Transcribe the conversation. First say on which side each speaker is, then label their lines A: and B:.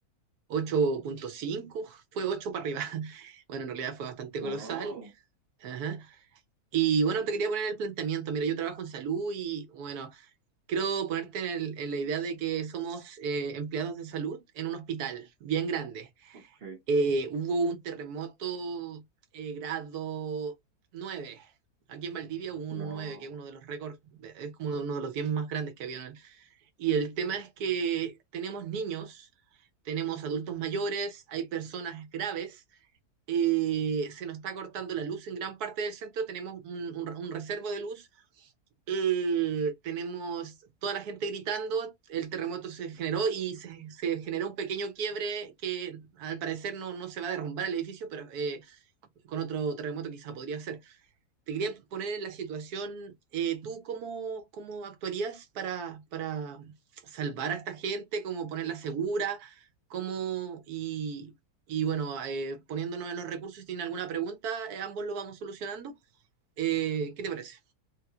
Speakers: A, on the right (about 75°); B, on the right (about 50°).
A: 8.5, fue 8 para arriba. <laughs> Bueno, en realidad fue bastante
B: Wow,
A: colosal. Ajá. Y bueno, te quería poner el planteamiento. Mira, yo trabajo en salud y bueno, quiero ponerte en, el- en la idea de que somos eh, empleados de salud en un hospital bien grande
B: ok,
A: eh, hubo un terremoto eh, grado nueve Aquí en Valdivia hubo uno
B: wow.
A: 9 que es uno de los récords, es como uno de los 10 más grandes que había. Y el tema es que tenemos niños, tenemos adultos mayores, hay personas graves eh, se nos está cortando la luz en gran parte del centro, tenemos un, un, un reservo de luz, eh, tenemos toda la gente gritando, el terremoto se generó y se, se generó un pequeño quiebre que al parecer no, no se va a derrumbar el edificio, pero eh, con otro terremoto quizá podría ser te quería poner en la situación, eh, ¿tú cómo, cómo actuarías para, para salvar a esta gente? ¿Cómo ponerla segura? ¿Cómo, y, y bueno, eh, poniéndonos en los recursos, si tienen alguna pregunta, eh, ambos lo vamos solucionando. Eh, ¿qué te parece?